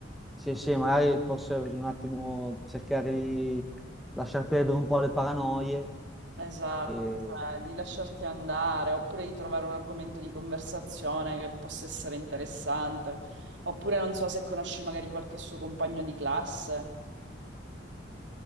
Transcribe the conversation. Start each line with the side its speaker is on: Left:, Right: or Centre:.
Centre: Sì, sì, magari forse bisogna un attimo cercare di lasciar perdere un po' le paranoie.
Right: esatto,
Centre: E...
Right: cioè, di lasciarti andare, oppure di trovare un argomento di conversazione che possa essere interessante, oppure non so se conosci magari qualche suo compagno di classe,